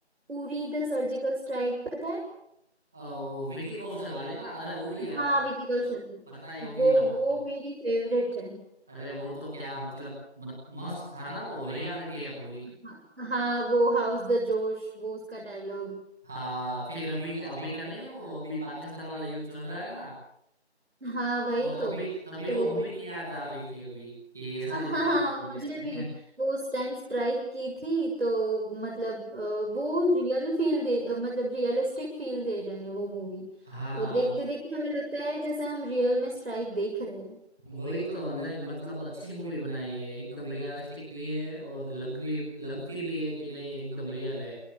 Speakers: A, on the right; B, in the centre.
A: उरी द सर्जिकल स्ट्राइक पता है
B: अ, वो विकी कौशल वाली ना अरे उरी आप
A: हाँ विकी कौशल
B: पता ही होगी
A: वो
B: ना वो तो
A: वो मेरी फेवरेट है
B: अरे वो तो क्या मतलब मत, मस्त था ना वो रियलिटी है पूरी
A: हाँ हाँ, वो हाउस द जोश वो उसका डायलॉग
B: हाँ फिर अभी अभी का नहीं है वो अभी पाकिस्तान वाला युद्ध चल रहा है ना
A: हाँ वही
B: तो तब
A: तो
B: भी तभी
A: तो
B: वो मूवी की याद आ रही थी अभी कि ऐसा
A: हाँ
B: कुछ करना
A: हाँ
B: चाहिए
A: मुझे भी वो उस टाइम स्ट्राइक की थी तो मतलब अ, वो रियल फील दे अ, मतलब रियलिस्टिक फील दे रहा है वो मूवी
B: हाँ
A: देखते देखते हमें लगता है जैसे हम रियल में स्ट्राइक देख रहे हैं
B: वही तो अंदर मतलब अच्छी मूवी बनाई है एकदम रियलिस्टिक भी है और लग रही लगती भी है कि नहीं एकदम रियल है